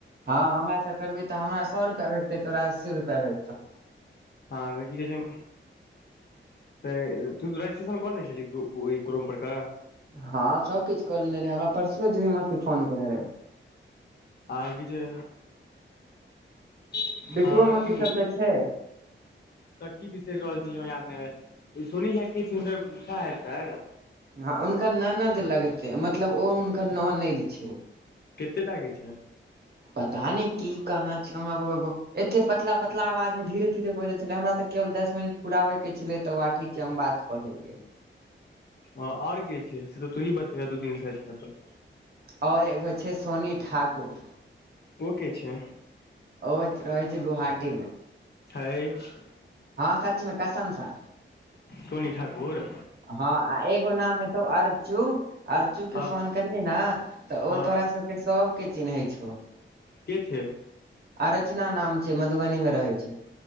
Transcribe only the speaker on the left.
हँ की कहै छै तऽ तू रजिस्ट्रेशन कऽ लेने छली क्रु क्रोम पर का
आ कि छै हँ
की
तऽ की बिसैर रहल छलियै हमरा याद नै आइब रहल य तऽ सोनी झा के छियै हुनकर सैर तैर
कते टाे छै
आओर के छै से तऽ तोही बतेबे दू दिनसँ छै तऽ
ओ के छै
हय <unintelligible>
सोनी ठाकुर
हँ
हँ
के छै